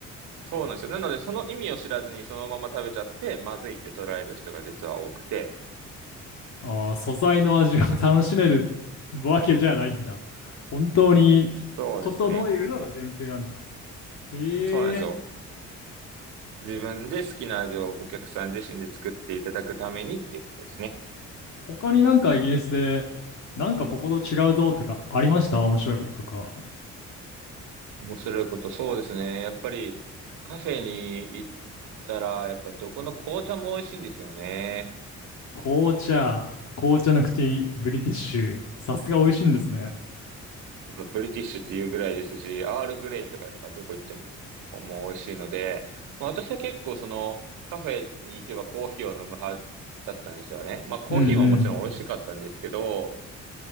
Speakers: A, on the right; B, on the left.
A: そうなんですよ。なので、その意味を知らずにそのまま食べちゃって、まずいって捉える人が実は多くて、
B: ああ、素材の味が <laughs> 楽しめるわけじゃないんだ。本当に、
A: そうですね。
B: 整えるのが前提なんだ。へー
A: そうなんですよ。自分で好きな味をお客さん自身で作っていただくためにっていうことですね。
B: 他になんかイギリスで、なんかここと違うぞとかありました面白いこととか。
A: 面白いこと、そうですね。やっぱりカフェに行ったら、やっぱどこの紅茶も美味しいんですよね。
B: 紅茶、紅茶の口、ブリティッシュ。さすが美味しいんですね。
A: やっぱブリティッシュっていうぐらいですし、アールグレイとかやっぱどこ行ってももう美味しいので、まあ、私は結構そのカフェに行けばコーヒーを飲む派だったんですよね。まあコーヒーももちろん美味しかったんですけど、
B: うんうん。